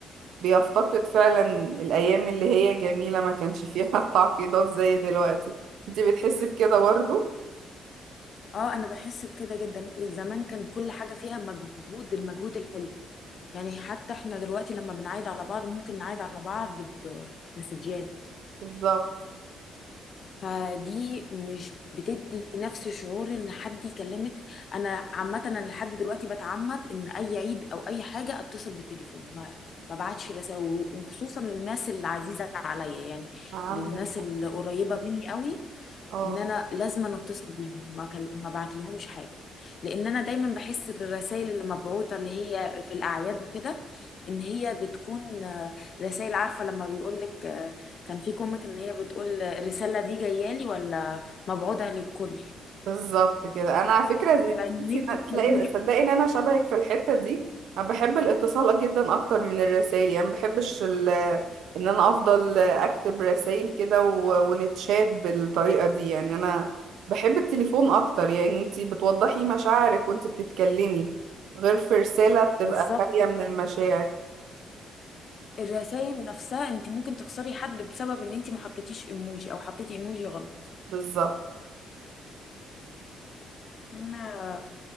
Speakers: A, on the right (about 80°); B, on the left (about 50°).
A: بيفتقد فعلا الأيام اللي هي جميلة ما كانش فيها <laughs> تعقيدات زي دلوقتي انت بتحسي بكده برضو
B: اه انا بحس بكده جدا زمان كان كل حاجة فيها مجهود المجهود الحلو يعني حتى احنا دلوقتي لما بنعايد على بعض ممكن نعايد على بعض بمسجات
A: بالظبط
B: فدي مش بتدي نفس شعور ان حد يكلمك انا عامه انا لحد دلوقتي بتعمد ان اي عيد او اي حاجه اتصل بالتليفون ما ما بعتش رسائل وخصوصا للناس العزيزه عليا يعني
A: عندك
B: للناس
A: حق
B: القريبه مني قوي
A: اه
B: ان انا لازم أنا اتصل بيهم ما كل... ما بعت لهمش حاجه لان انا دايما بحس الرسائل اللي مبعوته اللي هي في الاعياد وكده ان هي بتكون آه، رسائل عارفه لما بيقول لك كان في كوميك ان هي بتقول آه، الرساله دي جايه لي ولا مبعوتها للكل
A: بالظبط كده انا على فكره زي-
B: فان
A: تحسي
B: انت
A: إن- تلاقي
B: تخليني
A: صدقي ان انا شبهك في الحته دي انا بحب الاتصال جدا اكتر من الرسائل يعني ما بحبش ال- ان انا افضل اكتب رسائل كده و- ونتشات بالطريقه دي يعني انا بحب التليفون اكتر يعني انتي بتوضحي مشاعرك وانتي بتتكلمي غير في رساله بتبقى
B: بالظبط
A: خاليه من المشاعر
B: الرسائل نفسها انت ممكن تخسري حد بسبب ان انت ما حطيتيش ايموجي او حطيتي ايموجي غلط
A: بالظبط
B: انا